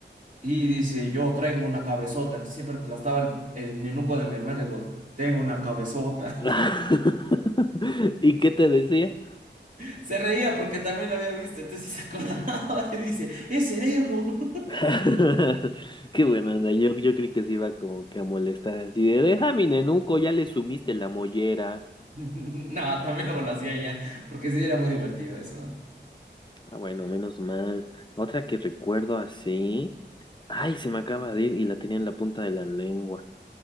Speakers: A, on the right (about 45°); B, on the left (about 25°).
A: y dice, yo traigo una cabezota, entonces siempre aplastaba el, el nenuco de mi hermana y digo, tengo una cabezota.
B: <laughs> ¿Y qué te decía?
A: <laughs> Se reía porque también lo había visto, entonces se acordaba <laughs> y dice, es cerebro. <laughs>
B: <laughs> Qué buena onda, yo, yo creí que se iba como que a molestar así de, deja mi nenuco, ya le sumiste la mollera.
A: No, también luego lo hacía ella, porque sí era muy divertido eso.
B: Ah, bueno, menos mal. Otra que recuerdo así. Ay, se me acaba de ir y la tenía en la punta de la lengua.